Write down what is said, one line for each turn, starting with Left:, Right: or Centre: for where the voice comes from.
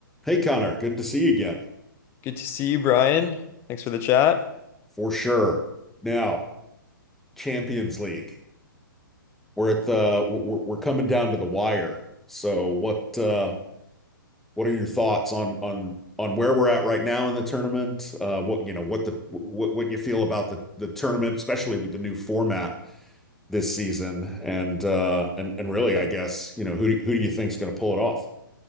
Centre: Hey Connor, good to see you again.
Left: Good to see you, Brian. Thanks for the chat.
Centre: For sure. Now, Champions League. We're at the we're we're coming down to the wire. So what uh what are your thoughts on on on where we're at right now in the tournament? Uh what you know, what the what what you feel about the the tournament, especially with the new format this season and uh and and really I guess, you know, who do, who do you think's going to pull it off